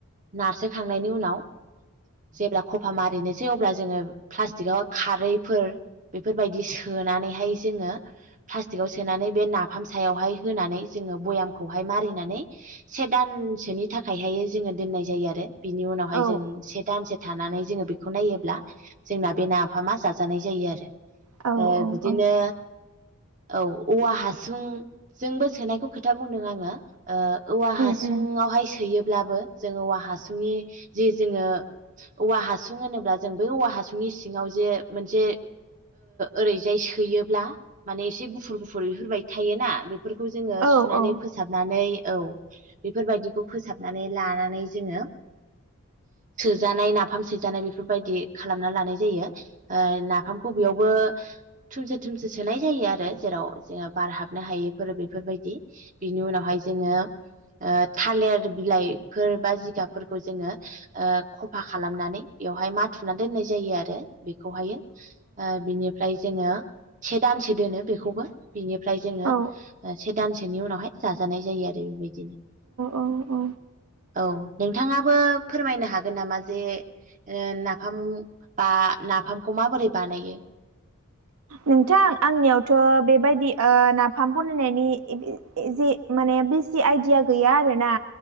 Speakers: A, on the right; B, on the right.
A: नारसोखांनायनि उनाव जेब्ला खफा मारिनोसै अब्ला जोङो प्लास्टिकआव खारैफोर बेफोरबायदि सोनानै हाय जोङो प्लास्टिकआव सोनानै बे नाफाम सायावहाय होनानै जोङो भयामखौहाय मारिनानै से दान नि थाखायाय जोङो दोननाय जायो आरो बिनि उनावहाय
B: औ
A: जों से दानसे थानानै जोङो बेखौ नायोब्ला जोंना बे नाफामा जाजानाय जायो आरो
B: औ औ उम
A: बिदिनो
B: उम
A: औ औवा हासुंजोंबो सोनायखौ खोथा बुंदों आङो औवा हासुङावहाय
B: औ उम
A: सोयोब्लाबो जों औवा हासुंनि जि जोङो औवा हासुं होनोब्ला जों बै औवा हासुंनि सिङाव जे मोनसे ओरैजाय सोयोब्ला माने एसे गुफुर गुफुर बिहरबायदि थायोना बेफोरखौ जोङो
B: औ
A: सुनानै
B: औ
A: फोसाबनानै औ बेफोरबायदिखौ फोसाबनानै लानानै जोङो जानाय नाफाम सोजानाय बेफोरबायदि खालामना लानाय जायो नाफामखौ बेयावबो थुमसे थुमसे सोनाय जायो आरो जेराव जोङो बार हाबनो हायैफोर बे बेफोरबायदि बिनि उनावहाय जोङो थालिर बिलाइफोर बा जिगाबफोरखौ जोङो साफा खालामनानै बेवहाय माथुना दोननाय जायो आरो बेखौहायो बिनिफ्राय जोङो से दानसो दोनो बेखौबो बिनिफ्राय जोङो
B: औ
A: से दानसेनि उनावहाय जाजानाय जायो आरो बेबायदि
B: औ औ
A: औ नोंथाङाबो फोरमायनो हागोन नामा जे नाफाम बा नाफामखौ माबोरै बानायो
B: नोंथां आंनियावथ' बेबायदि नाफाम बनायनायनि जि माने बेसि आइदिया गैया आरोना